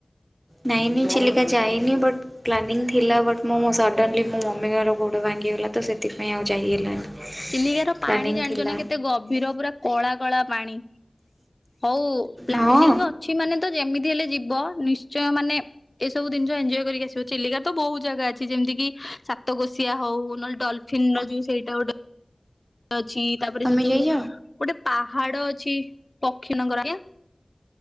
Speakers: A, on the right (about 20°); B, on the left (about 40°).
A: ନାଇଁ ନାଇଁ, ଚିଲିକା ଯାଇନି ବଟ୍ ପ୍ଲାନିଂ ଥିଲା ବଟ୍ ମୁଁ ମୋ ସଡନଲି ମୋ ମମିଙ୍କର ଗୋଡ ଭାଙ୍ଗିଗଲା ତ ସେଥିପାଇଁ ଆଉ ଯାଇ ହେଲାନି।
B: ଚିଲିକାର ପାଣି
A: ପ୍ଲାନିଂ
B: ଜାଣିଛ
A: ଥିଲା
B: ନା କେତେ ଗଭୀର, ପୁରା କଳା କଳା ପାଣି। ହଉ ପ୍ଲାନିଂ
A: ହଁ
B: ଅଛି ମାନେ ତ ଯେମିତି ହେଲେ ଯିବ, ନିଶ୍ଚୟ ମାନେ ଏସବୁ ଦିନିଷ ଏଞ୍ଜୟ କରିକି ଆସିବ। ଚିଲିକା ତ ବହୁତ ଜାଗା ଅଛି, ଯେମତିକିି ସାତକୋଶିଆ ହଉ, ନହେଲେ ଡଲଫ ଫିନର ଯୋଉ ସେଇଟା ଗୋଟେ ଅଛି, ତାପରେ
A: ତମେ
B: ସେ ଯୋଉ
A: ଯାଇଛ
B: ଗୋଟେ ପାହାଡ ଅଛି, ପକ୍ଷୀ ନଗର ଆଜ୍ଞା,